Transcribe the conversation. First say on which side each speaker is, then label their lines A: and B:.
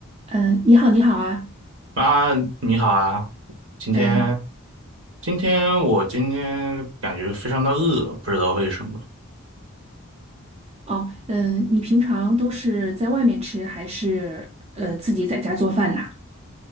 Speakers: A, on the right; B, on the right.
A: 嗯，呃你好，你好啊，
B: 妈，你好啊！今天，
A: 嗯，
B: 今天我今天感觉非常的饿，不知道为什么。
A: 哦，嗯，你平常都是在外面吃，还是呃自己在家做饭呐？